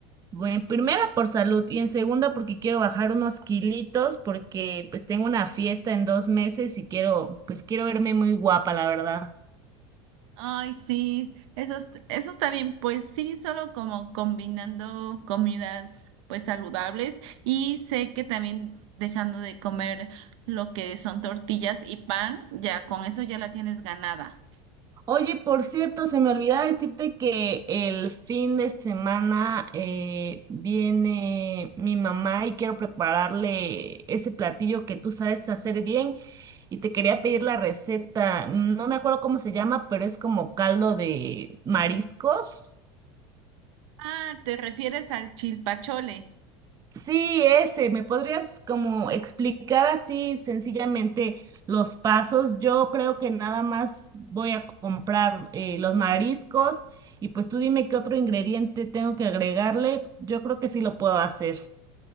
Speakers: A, on the right (about 25°); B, on the right (about 80°).
A: bueno, en primera por salud y en segunda porque quiero bajar unos kilitos porque pues tengo una fiesta en dos meses y quiero, pues quiero verme muy guapa, la verdad.
B: Ay, sí, eso, es- eso está bien, pues sí, solo como combinando comidas pues saludables y sé que también dejando de comer lo que son tortillas y pan, ya con eso ya la tienes ganada.
A: Oye, por cierto, se me olvidaba decirte que el fin de semana eh, viene mi mamá y quiero prepararle ese platillo que tú sabes hacer bien y te quería pedir la receta. No me acuerdo cómo se llama, pero es como caldo de mariscos.
B: Ah, te refieres al chilpachole.
A: Sí, ese, ¿me podrías como explicar así sencillamente los pasos? Yo creo que nada más voy a comprar eh, los mariscos y pues tú dime qué otro ingrediente tengo que agregarle. Yo creo que sí lo puedo hacer.